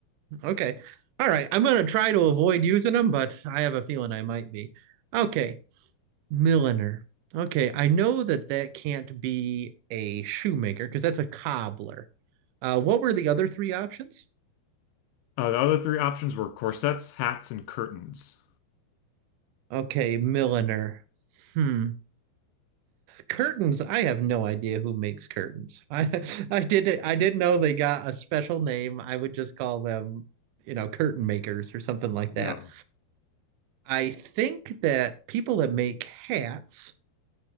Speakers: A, on the right; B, on the left.
A: Okay. All right. I'm gonna try to avoid using them, but I have a feeling I might be. Okay. Milliner. Okay. I know that that can't be a shoemaker because that's a cobbler. Uh, what were the other three options?
B: Uh, the other three options were corsets, hats, and curtains.
A: Okay, milliner. Hmm. Curtains. I have no idea who makes curtains. I <laughs> I didn't I didn't know they got a special name. I would just call them, you know, curtain makers or something like
B: Yeah.
A: that. I think that people that make hats,